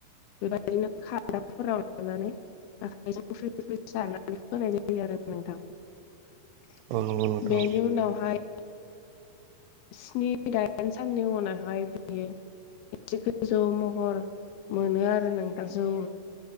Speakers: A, on the left (about 80°); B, on the right (about 85°).
A: बेबायदिनो खादाफोराव लानानै आखाइजों फ्रि फ्रि सारनानै होनाय जायो आरो नोंथां ।
B: औ नंगौ नोंथां
A: बेनि उनावहाय स्नि दाइन साननि उनावहाय बियो एसे गोजौ महर मोनो आरो नोंथां जौ